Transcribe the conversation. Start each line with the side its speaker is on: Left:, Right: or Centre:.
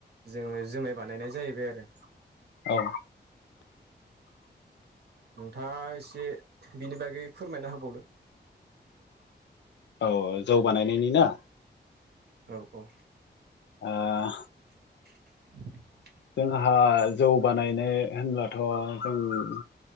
Right: जोङो जोमाय बानायनाय जाहैबाय आरो
Left: औ
Right: नोंथाङा इसे बिनि बागै फोरमायना होबावदो
Left: औ जौ बानायनायनि ना
Right: औ औ
Left: आ
Right: <inaudible>
Left: जोंहा जौ बानायनो होनब्लाथ' जों